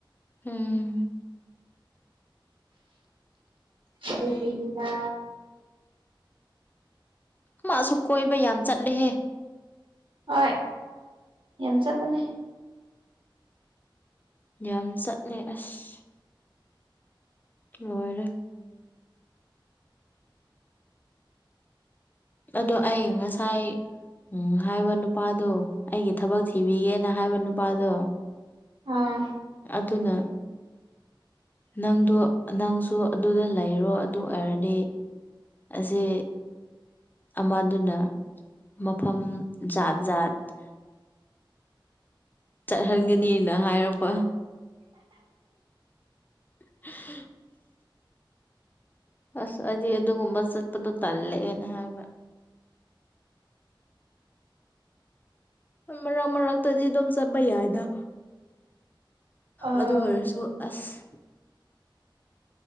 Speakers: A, on the left; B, on the right.
A: ꯍꯝ
B: ꯑꯗꯨꯒꯤꯅꯤꯗ
A: ꯃꯥꯁꯨ ꯀꯣꯏꯕ ꯌꯥꯝ ꯆꯠꯂꯦꯍꯦ
B: ꯍꯣꯏ ꯆꯠꯄꯅꯦ
A: ꯌꯁꯠꯂ ꯑꯁ ꯑꯣꯏꯔ ꯑꯗꯣ ꯑꯩ ꯉꯁꯥꯏ ꯎꯝ ꯍꯥꯏꯕ ꯅꯨꯄꯥꯗꯣ ꯑꯩꯒꯤ ꯊꯕꯛ ꯊꯤꯕꯤꯒꯦꯅ ꯍꯥꯏꯕ ꯅꯨꯄꯥꯗꯣ
B: ꯑꯥ
A: ꯑꯗꯨꯅ ꯅꯪꯗꯣ ꯅꯪꯁꯨ ꯑꯗꯨꯗ ꯂꯩꯔꯣ ꯑꯗꯨ ꯑꯣꯏꯔꯗꯤ ꯁ ꯑꯃꯗꯨꯅ ꯃꯐꯝ ꯖꯥꯠ ꯖꯥꯠ <unintelligible> ꯆꯠꯍꯟꯒꯅꯤꯅ ꯍꯥꯏꯔꯛꯄ ꯍ <unintelligible> ꯑꯁ ꯍꯥꯏꯗꯤ ꯑꯗꯨꯒꯨꯝꯕ ꯆꯠꯄꯗꯣ ꯇꯜꯂꯑꯦꯅ ꯍꯥꯏꯕ ꯃꯔꯛ ꯃꯔꯛ ꯇꯗꯤ ꯑꯗꯨꯝ ꯆꯠꯄ ꯍꯥꯏꯗ
B: ꯑꯥ
A: ꯑꯗꯨ ꯑꯣꯏꯔꯁꯨ ꯑꯁ